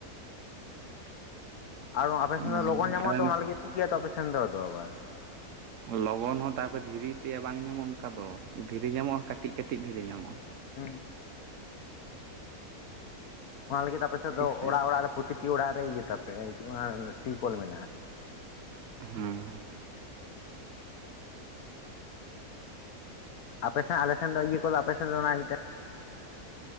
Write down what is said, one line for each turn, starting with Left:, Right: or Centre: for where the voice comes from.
Right: <inaudible>
Left: ᱟᱨ ᱟᱯᱮ
Right: ᱦᱮᱸ
Left: ᱥᱮᱱ ᱫᱚ ᱞᱚᱜᱚᱱ ᱧᱟᱢᱚᱜᱼᱟ ᱛᱚ ᱚᱱᱟ ᱞᱟᱹᱜᱤᱫ ᱴᱷᱤᱠ ᱜᱮᱭᱟ ᱛᱚ ᱟᱯᱮ ᱥᱮᱱ ᱫᱚ ᱟᱵᱟᱨᱼᱼ
Right: ᱞᱚᱜᱚᱱ ᱦᱚᱸ ᱛᱟᱨᱯᱚᱨᱮ ᱫᱷᱤᱨᱤ ᱛᱮᱭᱟᱜ ᱵᱟᱝ ᱧᱟᱢᱚᱜᱼᱟ ᱚᱱᱠᱟ ᱫᱚ ᱫᱷᱤᱨᱤ ᱧᱟᱢᱚᱜᱼᱟ ᱠᱟᱹᱴᱤᱡ ᱠᱟᱹᱴᱤᱡ ᱫᱷᱤᱨᱤ ᱧᱟᱢᱚᱜᱼᱟ ᱾
Left: ᱦᱮᱸ ᱚᱱᱟ ᱞᱟᱹᱜᱤᱫ ᱟᱯᱮ ᱥᱮᱫ
Right: ᱴᱷᱤᱠ
Left: ᱫᱚ
Right: ᱥᱮ
Left: ᱚᱲᱟᱜ ᱚᱲᱟᱜ ᱨᱮ ᱯᱨᱚᱛᱤᱴᱤ ᱚᱲᱟᱜ ᱨᱮ ᱤᱭᱟᱹ ᱛᱟᱯᱮ ᱚᱱᱟ ᱴᱤᱭᱩ ᱠᱚᱞ ᱢᱮᱱᱟᱜᱼᱟ ᱾
Right: ᱦᱩᱸᱻ
Left: ᱟᱯᱮ ᱥᱮᱱ ᱟᱞᱮ ᱥᱮᱱ ᱫᱚ ᱤᱭᱟᱹ ᱠᱚᱞ ᱫᱚ ᱟᱯᱮ ᱥᱮᱱ ᱫᱚ ᱚᱱᱟ ᱢᱤᱫᱴᱮᱱᱼᱼ